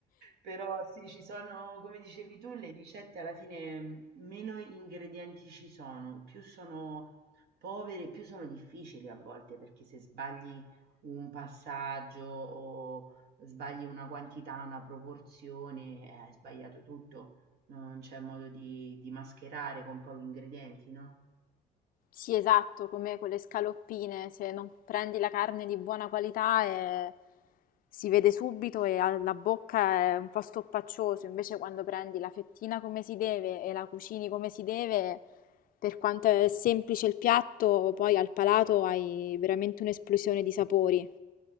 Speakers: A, on the right; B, on the left.
A: Però sì, ci sono, come dicevi tu, le ricette alla fine mh, meno ingredienti ci sono, più sono Povere più sono difficili a volte, perché se sbagli un passaggio o sbagli una quantità, una proporzione, eh, hai sbagliato tutto, non c'è modo di di mascherare con pochi ingredienti, no?
B: Sì, esatto, come quelle scaloppine, se non prendi la carne di buona qualità eh, si vede subito e alla bocca è un po' stoppaccioso, invece quando prendi la fettina come si deve e la cucini come si deve, per quanto è semplice il piatto, poi al palato hai veramente un'esplosione di sapori.